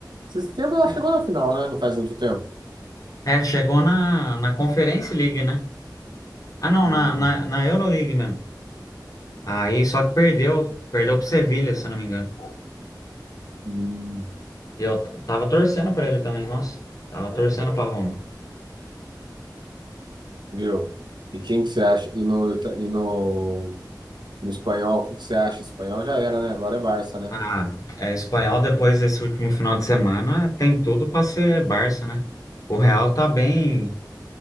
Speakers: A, on the right; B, on the left.
A: Esse tempo ela
B: É,
A: chegou na final, né? Não faz muito tempo.
B: É, chegou na, na Conference League, né? Ah, não,
A: Hum,
B: na, na, na Euroleague mesmo. Aí, só que perdeu, perdeu pro Sevilha, se eu não me engano.
A: hum,
B: E eu t- tava torcendo pra ele também, nossa. Tava torcendo pra Roma.
A: viu? E quem que você acha? E no, ita- e no, no espanhol, o que que você acha? Espanhol já era, né? Agora é Barça, né?
B: Ah, é, espanhol depois desse último final de semana tem tudo para ser Barça, né? O Real tá bem,